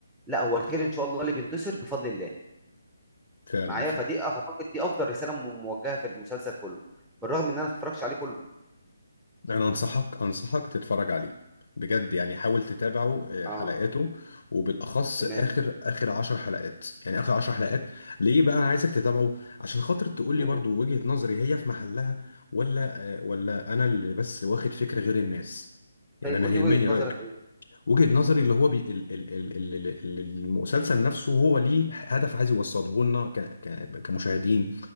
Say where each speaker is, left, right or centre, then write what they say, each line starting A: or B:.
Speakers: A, in the centre; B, on the left.
A: لا هو الخير ان شاء الله اللي بينتصر بفضل الله
B: فعلا
A: معايا
B: ف-
A: فدي اعتقد دي افضل رساله م- موجهه في المسلسل كله بالرغم ان انا ما اتفرجتش عليه كله
B: انا انصحك انصحك تتفرج عليه بجد يعني حاول تتابعه آه،
A: اه
B: حلقاته وبالاخص
A: تمام
B: اخر اخر عشر حلقات يعني اخر عشر حلقات ليه بقى انا عايزك تتابعه عشان خاطر تقول لي
A: مم.
B: برضو وجهة نظري هي في محلها ولا آه، ولا انا اللي بس واخد فكرة غير الناس يعني
A: طيب
B: انا
A: قول
B: يهمني
A: لي وجهه نظرك
B: رايك
A: ايه
B: وجهة نظري اللي هو بي ال ال ال ال ال- المسلسل نفسه هو ليه هدف عايز يوصله لنا ك- ك- كمشاهدين